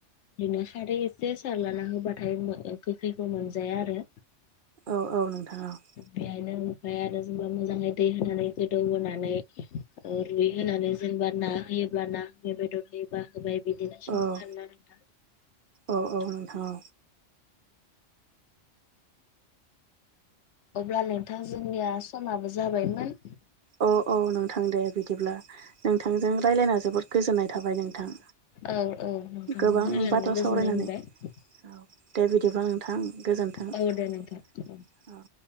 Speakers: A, on the left; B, on the right.
A: बिदिनो खारै एसे सारलाना होबाथाय गोखैखौ मोनजाया आरो।
B: औ औ नोंथां औ ‌।
A: बेहायनो ओमफाय आरो जेनबा मोजाङै दै होनानै गोदौ होनोनानै ओ रुइ होनानै जेनेबा ना होयोब्ला ना हफैबाय बेदरहयोबा होबाय बिदिनो संङो
B: औ
A: आरो ना नोंथां।
B: औ औ नोंथांऔ।
A: अब्ला नोंथां जोंनिया समाबो जाबायमोन।
B: औ औ नोंथां दे बिदिब्ला नोंथांजों रायज्लायना जोबोद गोजोननाय थाबाय नोंथां।
A: औ औ नोंथांजोंबो
B: गोबां
A: रायजलायनानै
B: बाथ्रा
A: गोजोननाय
B: सावरायनानै
A: मोनबाय।
B: औ दे बिदिबा नोंथां गोजोन्थों। औ।
A: औ दे नोंथां